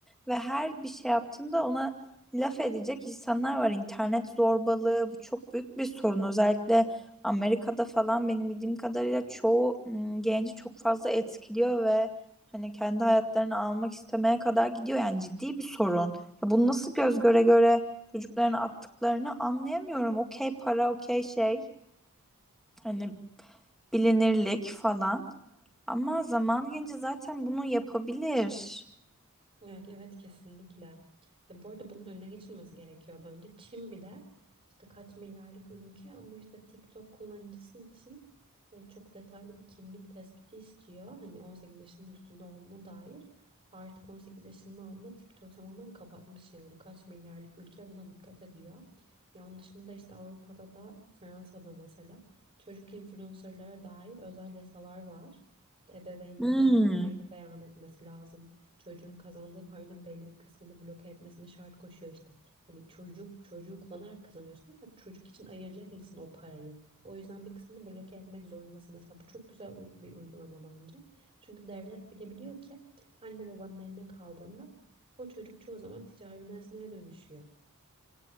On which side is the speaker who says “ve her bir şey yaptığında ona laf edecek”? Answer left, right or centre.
Centre